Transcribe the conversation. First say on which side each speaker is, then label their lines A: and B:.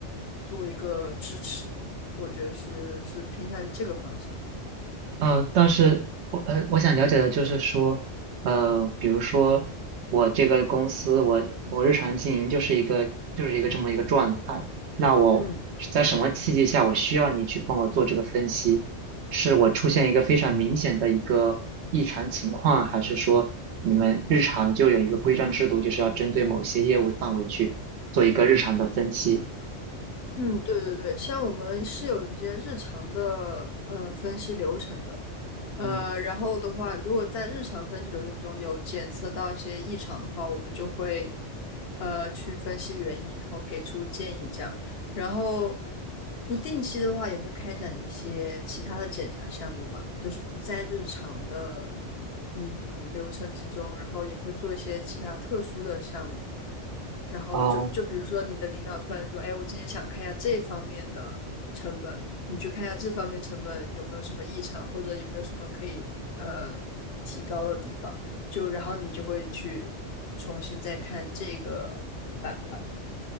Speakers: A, on the left; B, on the right.
A: 做一个支持，我觉得是是偏向于这个方向。
B: 呃，但是我呃，我想了解的就是说，呃，比如说我这个公司，我我日常经营就是一个就是一个这么一个状态，那我在什么契机下我需要你去帮我做这个分析？
A: 嗯。
B: 是我出现一个非常明显的一个异常情况，还是说你们日常就有一个规章制度，就是要针对某些业务范围去做一个日常的分析？
A: 嗯，对对对，像我们是有一些日常的呃分析流程的，呃，
B: 嗯，
A: 然后的话，如果在日常分析流程中有检测到一些异常的话，我们就会呃去分析原因，然后给出建议这样。然后不定期的话，也会开展一些其他的检查项目吧，就是不在日常的嗯流程之中，然后也会做一些其他特殊的项目。然后就就比如说你的领导突然说，
B: 啊，
A: 哎，我今天想看一下这方面的成本，你去看一下这方面成本有没有什么异常，或者有没有什么可以呃提高的地方，就然后你就会去重新再看这个板块。